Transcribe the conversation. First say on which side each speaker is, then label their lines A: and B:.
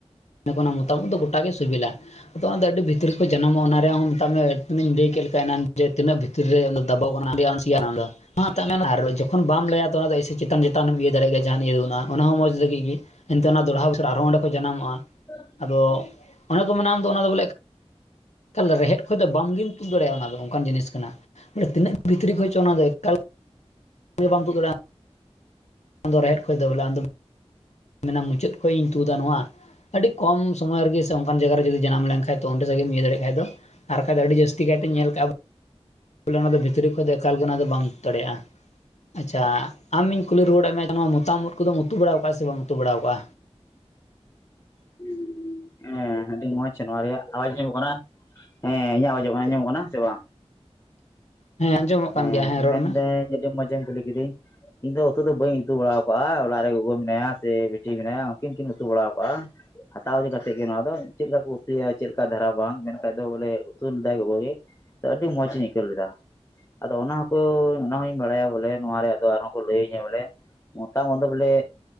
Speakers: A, on the left (about 85°); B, on the left (about 25°).
A: ᱚᱱᱮ ᱢᱚᱛᱟᱢ ᱳᱫ ᱫᱚ ᱜᱚᱴᱟ ᱜᱮ ᱥᱮᱵᱮᱞᱟ ᱾ ᱛᱚ ᱚᱱᱛᱮ ᱟᱹᱰᱤ ᱵᱷᱤᱛᱨᱤ ᱠᱚ ᱡᱟᱱᱟᱢᱚᱜ, ᱚᱱᱟ ᱨᱮᱭᱟᱜ ᱦᱚᱸ ᱢᱮᱛᱟᱜ ᱢᱮ ᱚᱱᱮᱧ ᱞᱟᱹᱭ ᱠᱮᱫ ᱞᱮᱠᱟ ᱡᱮ ᱛᱤᱱᱟᱹᱜ ᱵᱷᱤᱛᱨᱤ ᱵᱷᱤᱛᱨᱤ ᱨᱮ ᱫᱟᱵᱟᱣ ᱟᱠᱟᱱᱟ, ᱟᱹᱰᱤ ᱟᱱ ᱥᱤᱭᱟᱱᱟ ᱚᱱᱟ ᱫᱚ ᱾ ᱚᱱᱟ ᱦᱚᱸ ᱛᱟᱜ ᱢᱮ ᱟᱨ ᱡᱚᱠᱷᱚᱱ ᱵᱟᱢ ᱞᱟᱹᱭᱟ ᱛᱚ ᱚᱱᱟ ᱫᱚ ᱪᱮᱛᱟᱱ ᱪᱮᱛᱟᱱᱮᱢ ᱤᱭᱟᱹ ᱫᱟᱲᱮᱭᱟᱜ ᱜᱮᱭᱟ ᱡᱟᱦᱟᱸᱱᱟᱜ ᱤᱭᱟᱹ ᱫᱚ ᱵᱟᱹᱱᱩᱜᱼᱟ ᱚᱱᱟ ᱦᱚᱸᱚᱸ ᱢᱚᱸᱡᱽ ᱜᱮ ᱾ ᱮᱱᱛᱮ ᱚᱱᱛᱮ ᱫᱚᱲᱦᱟ ᱵᱚᱪᱷᱚᱨ ᱟᱨ ᱦᱚᱸ ᱚᱸᱰᱮ ᱠᱷᱚᱡ ᱡᱟᱱᱟᱢᱚᱜᱼᱟ ᱾
B: <unintelligible>
A: ᱟᱫᱚ ᱚᱱᱮ ᱠᱚ ᱢᱮᱱᱟ ᱟᱢ ᱫᱚ ᱚᱱᱟ ᱫᱚ ᱵᱚᱞᱮ ᱛᱟᱦᱚᱞᱮ ᱨᱮᱦᱮᱫ ᱠᱷᱚᱡ ᱫᱚ ᱵᱟᱢᱜᱮᱢ ᱛᱩᱫ ᱫᱟᱲᱮᱭᱟᱜᱼᱟ ᱚᱱᱟ ᱫᱚ ᱚᱱᱠᱟᱱ ᱡᱤᱱᱤᱥ ᱠᱟᱱᱟ᱾ ᱮ ᱛᱤᱱᱟᱹᱜ ᱵᱷᱤᱛᱨᱤ ᱠᱷᱚᱡ ᱪᱚ ᱚᱱᱟ ᱫᱚ ᱮᱠᱟᱞ ᱵᱟᱢ ᱛᱩᱫ ᱫᱟᱲᱮᱭᱟᱜᱼᱟ᱾ ᱟᱢ ᱫᱚ ᱨᱮᱦᱮᱫ ᱠᱷᱚᱡ ᱫᱚ ᱵᱚᱞᱮ ᱟᱢ ᱢᱮᱱᱟᱢ ᱢᱩᱪᱟᱹᱫ ᱠᱷᱚᱡ ᱤᱧ ᱛᱩᱫᱟ ᱱᱚᱣᱟ ᱟᱹᱰᱤ ᱠᱚᱢ ᱥᱚᱢᱚᱭ ᱨᱮ ᱜᱮ ᱥᱮ ᱚᱱᱠᱟᱱ ᱡᱟᱭᱜᱟ ᱨᱮ ᱜᱮ ᱡᱩᱫᱤ ᱡᱟᱱᱟᱢ ᱞᱮᱱ ᱠᱷᱟᱡ ᱫᱚ ᱚᱸᱰᱮ ᱜᱮᱢ ᱤᱭᱟᱹ ᱫᱟᱲᱮᱭᱟᱜ ᱠᱷᱟᱡ ᱫᱚ, ᱟᱨ ᱵᱟᱠᱷᱟᱡ ᱫᱚ ᱟᱹᱰᱤ ᱡᱟᱹᱥᱛᱤ ᱠᱟᱭ ᱛᱮ ᱧᱮᱞ ᱠᱟᱜ-ᱟ ᱾ ᱵᱚᱞᱮ ᱚᱱᱟ ᱫᱚ ᱵᱷᱤᱛᱨᱤ ᱠᱷᱚᱡ ᱫᱚ ᱮᱠᱟᱞ ᱜᱮ ᱚᱱᱟ ᱫᱚ ᱵᱟᱢ ᱛᱩᱫ ᱫᱟᱲᱮᱭᱟᱜᱼᱟ᱾ ᱟᱪᱪᱷᱟ, ᱟᱢ ᱤᱧ ᱠᱩᱞᱤ ᱨᱩᱣᱟᱹᱲᱮᱫ ᱢᱮᱭᱟ ᱱᱚᱣᱟ ᱢᱚᱛᱟᱢ ᱳᱫ ᱠᱚᱫᱚᱢ ᱩᱛᱩ ᱵᱟᱲᱟᱣ ᱠᱟᱜᱼᱟ ᱥᱮ ᱵᱟᱢ ᱩᱛᱩ ᱵᱟᱲᱟᱣ ᱟᱠᱟᱜᱼᱟ?
B: <unintelligible> ᱦᱮᱸ, ᱟᱹᱰᱤ ᱢᱚᱸᱡᱽ ᱱᱚᱣᱟ ᱨᱮᱭᱟᱜ ᱟᱣᱟᱡᱽ ᱟᱸᱡᱚᱢᱚᱜ ᱠᱟᱱᱟ, ᱦᱮᱸ ᱤᱧᱟᱹᱜ ᱟᱣᱟᱡᱚᱜ ᱠᱟᱱᱟ ᱧᱟᱢᱚᱜ ᱠᱟᱱᱟ ᱥᱮ ᱵᱟᱝ?
A: ᱦᱮᱸ, ᱟᱸᱡᱚᱢᱚᱜ
B: ᱦᱮᱸ,
A: ᱠᱟᱱ ᱜᱮᱭᱟ
B: ᱢᱮᱱᱫᱟᱹᱧ
A: ᱨᱚᱲ ᱢᱮ
B: ᱟᱹᱰᱤ ᱢᱚᱡᱮᱢ ᱠᱩᱞᱤ ᱠᱤᱫᱤᱧ ᱾ ᱤᱧ ᱫᱚ ᱩᱛᱩ ᱫᱚ ᱵᱟᱹᱧ ᱩᱛᱩ ᱵᱟᱲᱟᱣ ᱟᱠᱟᱜᱼᱟ ᱾ ᱚᱲᱟᱜ ᱨᱮ ᱜᱚ ᱜᱚ ᱢᱮᱱᱟᱭᱟ ᱥᱮ ᱵᱤᱴᱤ ᱢᱮᱱᱟᱭᱟ ᱩᱱ ᱠᱤᱱ ᱠᱤᱱ ᱩᱛᱩ ᱵᱟᱲᱟᱣ ᱟᱠᱟᱜᱼᱟ ᱾ ᱦᱟᱛᱟᱣ ᱤᱫᱤ ᱠᱟᱛᱮᱫ ᱜᱮ ᱱᱚᱣᱟ ᱫᱚ ᱪᱮᱫ ᱞᱮᱠᱟ ᱠᱚ ᱩᱛᱩᱭᱟ ᱪᱮᱫ ᱞᱮᱠᱟ ᱫᱷᱟᱨᱟ ᱵᱟᱝ ᱢᱮᱱ ᱠᱷᱟᱡ ᱫᱚ ᱵᱚᱞᱮ ᱩᱛᱩ ᱞᱮᱫᱟᱭ ᱜᱚᱜᱚ ᱜᱮ ᱾ ᱛᱮ ᱟᱹᱰᱤ ᱢᱚᱸᱡᱽ ᱤᱧ ᱟᱹᱭᱠᱟᱹᱣ ᱞᱮᱫᱟ᱾ ᱟᱫᱚ ᱚᱱᱟ ᱦᱚᱸ ᱠᱚ ᱚᱱᱟ ᱦᱚᱸᱧ ᱵᱟᱲᱟᱭᱟ ᱵᱚᱞᱮ ᱱᱚᱣᱟ ᱨᱮᱭᱟᱜ ᱫᱚ ᱟᱨ ᱦᱚᱸ ᱠᱚ ᱞᱟᱹᱭᱟᱹᱧᱟ ᱵᱚᱞᱮ, ᱢᱚᱛᱟᱢ ᱳᱫ ᱫᱚ ᱵᱚᱞᱮ